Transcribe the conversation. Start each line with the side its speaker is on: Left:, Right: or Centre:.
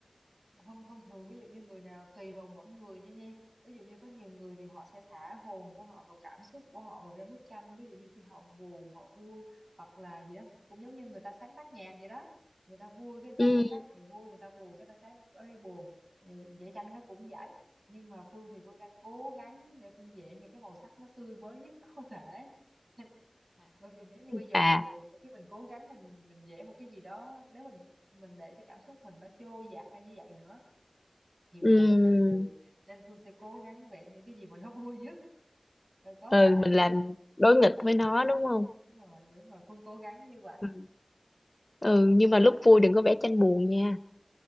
Right: không thông thường ví dụ như người nào tùy vào mỗi người nha Nhi ví dụ như có nhiều người thì họ sẽ thả hồn của họ vào cảm xúc của họ vào trong bức tranh ví dụ như khi họ buồn họ vui hoặc là gì đó cũng giống như người ta sáng tác nhạc vậy đó người ta vui cái người ta
Left: Ừ.
Right: sáng tác người vui người ta buồn cái người ta sáng ấy buồn Vậy- vẽ tranh nó cũng vậy nhưng mà Phương thì Phương đang cố gắng để Phương vẽ những cái màu sắc nó tươi mới nhất có thể <laughs> bởi vì nếu như bây giờ
Left: à
Right: mình buồn nữa khi mình cố gắng mình mình vẽ một cái gì đó nếu mình mình để cho cảm xúc mình nó trôi dạt theo như vậy nữa thì buồn
Left: Ừm,
Right: nó thêm buồn
Left: ừ
Right: nên Phương sẽ cố gắng vẽ những cái gì mà nó vui nhất là có
Left: Ừ,
Right: thể
Left: mình làm đối nghịch với nó đúng không
Right: đúng rồi đúng rồi Phương cố gắng như vậy
Left: ừ. ừ nhưng mà lúc vui đừng có vẽ tranh buồn nha